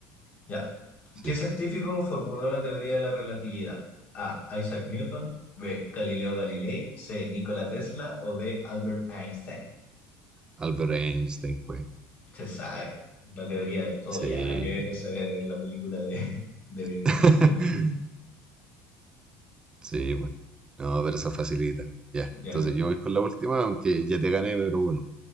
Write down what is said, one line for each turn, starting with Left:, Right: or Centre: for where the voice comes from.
Left: Ya.
Right: sí.
Left: ¿Qué científico formuló la teoría de la relatividad? A. Isaac Newton. B. Galileo Galilei. C. Nikola Tesla. O D. Albert Einstein.
Right: Albert Einstein, pues,
Left: Se sabe. La teoría del todo
Right: sí.
Left: ya. Nada que ver esa es la película de, de
Right: <laughs>
Left: Stephen Hawking.
Right: Sí, pues. No, pero esa facilita. Ya.
Left: Ya.
Right: Entonces yo voy con la última, aunque ya te gané, pero bueno.